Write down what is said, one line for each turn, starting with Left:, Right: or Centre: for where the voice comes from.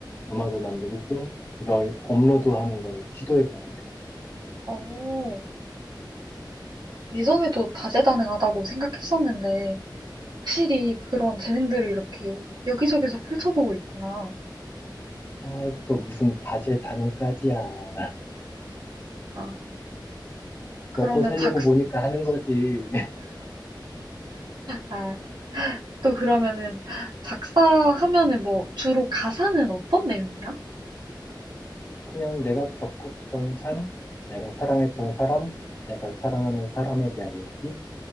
Left: 음악을 만들고, 그걸 업로드하는 걸 시도해보고 있어.
Right: 어, 예전에도 다재다능하다고 생각했었는데 확실히 그런 재능들을 이렇게 여기저기서 펼쳐보고 있구나.
Left: 아이, 또 무슨 다재다능까지야. <laughs>
Right: 아. 그러면
Left: 먹고 살려고
Right: 작,
Left: 보니까 하는 거지.
Right: 아, 또 그러면은 작사하면은 뭐 주로 가사는 어떤 내용이야?
Left: 그냥 내가 겪었던 삶, 내가 사랑했던 사람, 내가 사랑하는 사람에 대한 이야기.